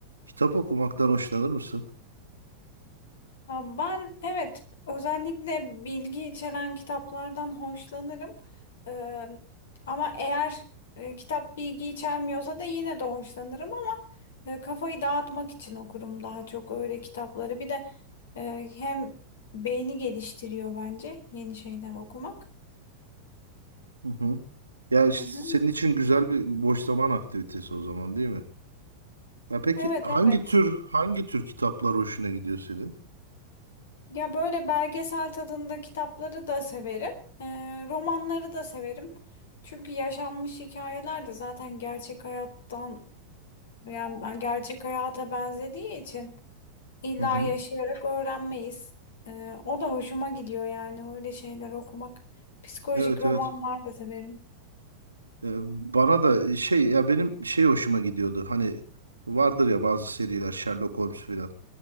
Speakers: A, on the right; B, on the left.
A: Kitap okumaktan hoşlanır mısın?
B: Ha, Ben evet özellikle bilgi içeren kitaplardan hoşlanırım. Ee, ama eğer e, kitap bilgi içermiyorsa da yine de hoşlanırım ama e, kafayı dağıtmak için okurum daha çok öyle kitapları. Bir de e, hem beyni geliştiriyor bence yeni şeyler okumak.
A: Hı hı. Ya işte
B: Hı hı.
A: senin için güzel bir boş zaman aktivitesi o zaman değil mi? Ya peki
B: Evet
A: hangi
B: evet.
A: tür hangi tür kitaplar hoşuna gidiyor senin?
B: Ya böyle belgesel tadında kitapları da severim. Ee, romanları da severim. Çünkü yaşanmış hikayeler de zaten gerçek hayattan Yani ben gerçek hayata benzediği için illa
A: Hı hı.
B: yaşayarak öğrenmeyiz. Ee, o da hoşuma gidiyor yani öyle şeyler okumak. Psikolojik
A: Evet
B: romanlar
A: evet.
B: da severim.
A: Ee, bana da şey ya benim şey hoşuma gidiyordu. Hani vardır ya bazı seriler Sherlock Holmes filan.